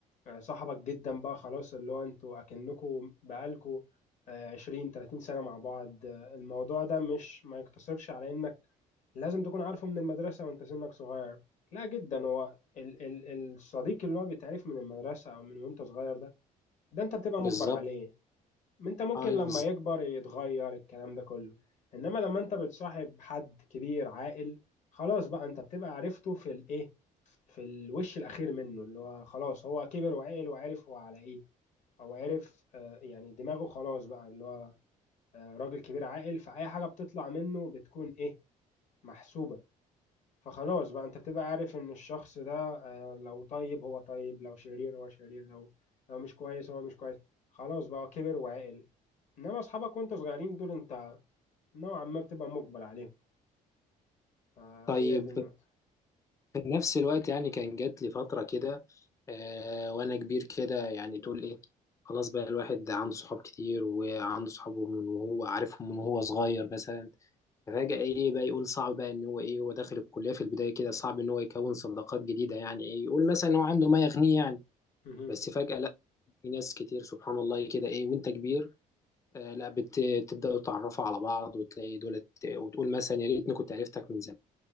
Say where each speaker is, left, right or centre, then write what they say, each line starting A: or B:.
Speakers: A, on the left; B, on the left.
A: آه، صاحبك جدا بقى خلاص اللي هو انتوا اكنكوا بقالكوا آه، 20 30 سنة مع بعض آه، الموضوع ده مش ما يقتصرش على انك لازم تكون عارفه من المدرسة وانت سنك صغير لا جدا هو ال ال الصديق اللي هو بيتعرف من المدرسة او من وانت صغير ده ده انت بتبقى
B: بالظبط
A: مجبر عليه انت ممكن
B: اي
A: لما
B: بالظبط
A: يكبر يتغير الكلام ده كله انما لما انت بتصاحب حد كبير عاقل خلاص بقى انت بتبقى عرفته في الايه في الوش الأخير منه اللي هو خلاص هو كبر وعقل وعرف هو على إيه أو عرف آه، يعني دماغه خلاص بقى اللي هو آه، راجل كبير عاقل فأي حاجة بتطلع منه بتكون إيه محسوبة فخلاص بقى أنت بتبقى عارف إن الشخص ده آه، لو طيب هو طيب لو شرير هو شرير لو لو مش كويس هو مش كويس خلاص بقى هو كبر وعقل إنما أصحابك وأنت صغيرين دول أنت نوعا ما بتبقى مجبر عليهم فهي
B: طيب
A: دي النقطة
B: في نفس الوقت يعني كان جات لي فترة كده آه وأنا كبير كده يعني تقول إيه خلاص بقى الواحد عنده صحاب كتير وعنده صحابه من وهو عارفهم من وهو صغير مثلا فجأة إيه بقى يقول صعب بقى إن هو إيه هو داخل الكلية في البداية كده صعب إن هو يكون صداقات جديدة يعني إيه يقول مثلا هو عنده ما يغنيه يعني
A: مهم.
B: بس فجأة لا في ناس كتير سبحان الله كده إيه وأنت كبير آه لا بتبدأوا تعرفوا على بعض وتلاقي دولت وتقول مثلا يا ريتني كنت عرفتك من